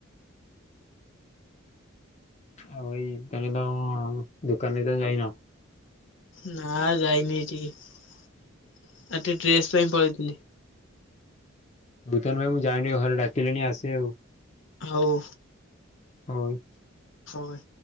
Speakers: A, on the left; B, on the left.
A: ଆଉ ଭାଇ ତାହେନେ ତମ ଦୋକାନରେ ଏଯାଏ ଯାଇନ?
B: ନା ଯାଇନି ହେଠିକି। ଆଜି ଟିକେ ଡ୍ରେସ୍ ପାଇଁ ପଳେଇଥିଲି।
A: <unintelligible> ମୁଁ ଯାଏଁ ଟିକେ ଘରେ ଡାକିଲେଣି ଆସେ ଆଉ।
B: ହଉ।
A: ହଁ ଭାଇ।
B: ହଁ ଭାଇ।